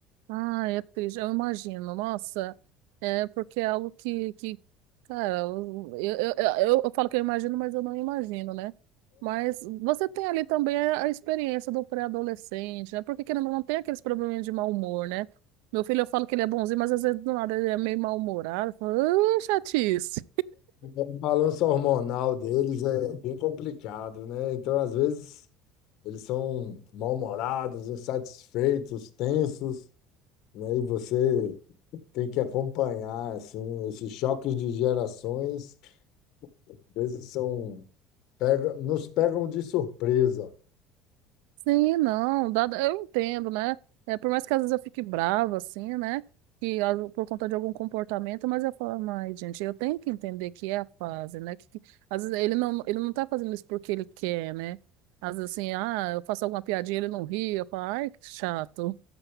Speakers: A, on the right; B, on the left.
A: Ah, é triste, eu imagino. Nossa, é porque é algo que, que cara, eu, eu, eu, eu eu falo que eu imagino, mas eu não imagino, né? Mas você tem ali também a a experiência do pré-adolescente, né? Porque querendo ou não, tem aqueles probleminhas de mau humor, né? Meu filho, eu falo que ele é bonzinho, mas às vezes do nada ele é meio mal-humorado. Eu falo, "Ah, chatice.
B: O balanço hormonal deles é bem complicado, né? Então, às vezes, eles são mal-humorados, insatisfeitos, tensos, né? E você tem que acompanhar assim, esses choques de gerações, às vezes são pega, nos pegam de surpresa.
A: Sim, não, dada, eu entendo, né? É, por mais que às vezes eu fique brava, assim, né? Que a- por conta de algum comportamento, mas eu falo, ai, gente, eu tenho que entender que é a fase, né? Que, que- às vezes ele não, ele não tá fazendo isso porque ele quer, né? Às vezes assim, ah, eu faço alguma piadinha, ele não ri, eu falo, ai, que chato.